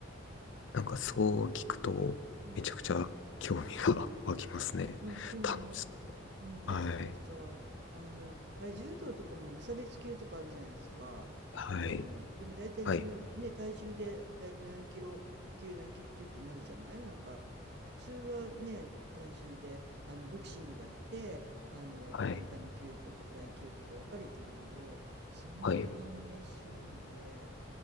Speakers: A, on the left; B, on the right.
A: なんかそう聞くと、
B: うん
A: めちゃくちゃ興味が <laughs> 湧きますね。
B: いや、興味持って、
A: 楽しそう。
B: うん、見てください。
A: はい、
B: あの、あれ、柔道とかも無差別級とかあるじゃないですか。
A: はい、
B: 多分。でも大体重、
A: はい、
B: ね、体重で大体何キロ級、何キロ級ってなるじゃないなんか、普通はね、体重で、あの、ボクシングだって、あの、
A: はい、
B: バンタム級とかフライ級とか分かれてるけど、相撲はみんな一緒なので、
A: はい。